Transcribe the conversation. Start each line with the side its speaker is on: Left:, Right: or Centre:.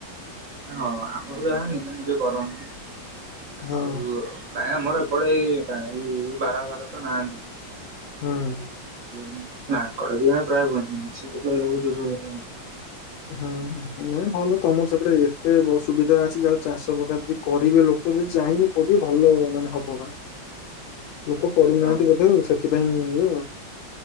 Right: ହଁ ଆମର ଯାହା ନିଜେ ନିଜେ କରନ୍ତି
Left: ହୁଁ
Right: ଆଉ କାଇଁ ଆମର ଏପଟେ ଏଇ କାଇଁ ବାରଘର ତ ନାହାନ୍ତି?
Left: ହୁଁ।
Right: <unintelligible>
Left: ହୁଁ ହୁଁ ନାଇଁ ଭଲ ତମର ସେପଟେ ଏତେ ସୁବିଧା ଅଛି ଯାହା ଚାଷ ପକାଚି କରିବେ ଲୋକ ଯଦି ଚାହିଁବେ କରିବେ ଭଲ ମାନେ ହବ ବା। ଲୋକ କରୁନାହାନ୍ତି
Right: ହଁ
Left: ବୋଧେ ଆଉ ସେଥିପାଇଁ ଇଏଆଉ।